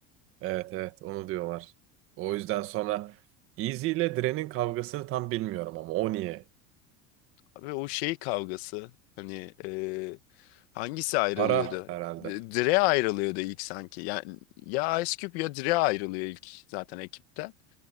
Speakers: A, on the right; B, on the left.
A: evet, evet. Onu diyorlar. O yüzden sonra Easy ile Dre'nin kavgasını tam bilmiyorum ama o niye?
B: Abi o şey kavgası hani e, hangisi ayrılıyordu?
A: Para herhalde.
B: D- Dre ayrılıyordu ilk sanki. Yani ya Ice Cube ya Dre ayrılıyor ilk zaten ekipten.